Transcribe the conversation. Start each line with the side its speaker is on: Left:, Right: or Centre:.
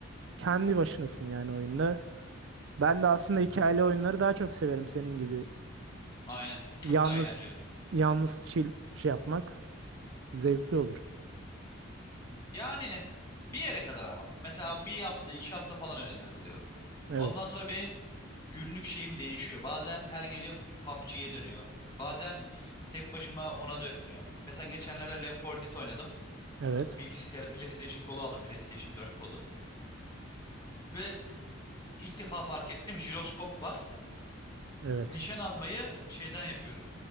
Right: kendi başınasın yani oyunda. Ben de aslında
Left: Hı
Right: hikayeli
Left: hı.
Right: oyunları daha çok severim senin gibi.
Left: Aynen. Çok
Right: Yalnız
Left: daha eğlenceli.
Right: yalnız chill şey yapmak zevkli
Left: Hı hı.
Right: olur.
Left: Yani bir yere kadar ama. Mesela bir hafta, iki hafta falan öyle takılıyorum.
Right: Evet.
Left: Ondan sonra benim günlük şeyim değişiyor. Bazen her gece PUBG'ye dönüyor. Bazen tek başıma ona dönüyor. Mesela geçenlerde Left 4 Dead oynadım.
Right: Evet.
Left: Bilgisayarı PlayStation kolu aldım. PlayStation 4 kolu. Ve ilk defa fark ettim. Jiroskop var.
Right: Evet.
Left: nişan almayı şeyden yapıyorum.